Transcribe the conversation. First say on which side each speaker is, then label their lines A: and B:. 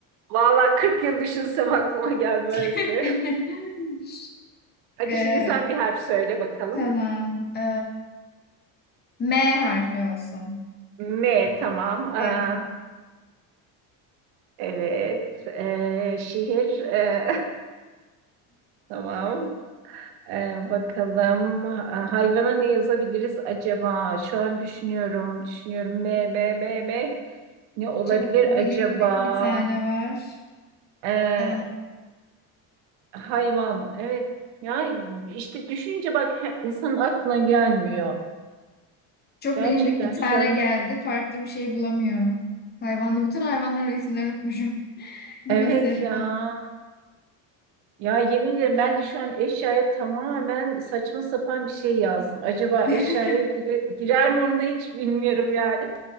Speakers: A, on the right; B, on the left.
A: Vallahi 40 yıl düşünsem aklıma gelmezdi.
B: <laughs>
A: Hadi
B: E,
A: şimdi sen bir harf söyle bakalım.
B: tamam. E, M harfi olsun.
A: M tamam.
B: Evet.
A: Aa, evet. Ee, şehir. ee, <laughs> tamam. Ee, bakalım. Aa, hayvana ne yazabiliriz acaba? Şu an düşünüyorum. Düşünüyorum. M, M, M, M. Ne olabilir
B: Çok bilindik
A: acaba?
B: bir tane var.
A: Ee,
B: E,
A: hayvan. Evet. Ya işte düşününce bak he- insanın aklına gelmiyor.
B: çok
A: Gerçekten
B: bilindik bir tane
A: şu an.
B: geldi. Farklı bir şey bulamıyorum. Hayvanlı. Bütün hayvanların isimlerini unutmuşum <laughs> gibi
A: Evet
B: hissettim.
A: ya. Ya yemin ederim bence şu an eşyaya tamamen saçma sapan bir şey yazdım. Acaba
B: <laughs>
A: eşyaya gire- girer mi onu da hiç bilmiyorum yani.